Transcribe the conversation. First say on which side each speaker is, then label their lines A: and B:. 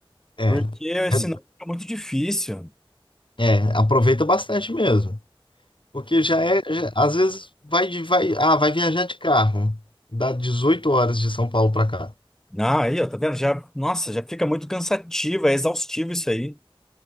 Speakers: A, on the left (about 60°); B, in the centre.
A: É,
B: porque senão
A: é,
B: fica muito difícil.
A: é, aproveita bastante mesmo. Porque já é, já- às vezes vai de, vai, ah, vai viajar de carro, dá 18 horas de São Paulo para cá.
B: Ah, aí, ó, tá vendo? Já, nossa, já fica muito cansativo, é exaustivo isso aí.